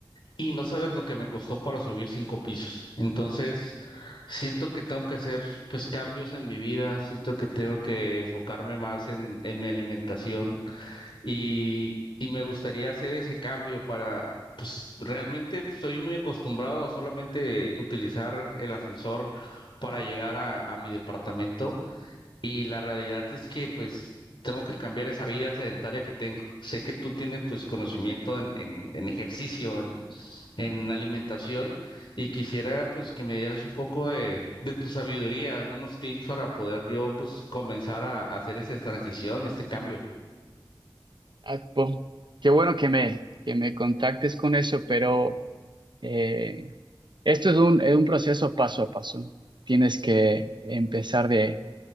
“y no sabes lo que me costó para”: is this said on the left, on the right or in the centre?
Left